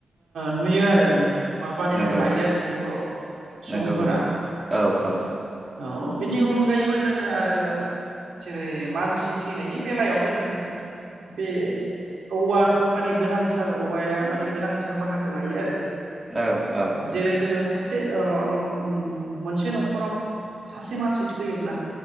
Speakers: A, on the right (about 85°); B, on the right (about 15°).
A: नुयो आरो नोंथां। मा बानायनानै
B: नंगौ
A: लायो आरो जों बर' सुबुंफोरा
B: नंगौ नंगौ औ औ
A: औ बिनि अनगायैबो जोङो आरो जेरै मानसि थैनायनि बेलायावबो जोङो बे औवाखौ माने गोनांथार औवाया माने गोनांथार बाहागो लायो आरो
B: औ औ नोंथां
A: जेरै जोङो सासे मोनसे न'खराव सासे मानसि थैयोब्ला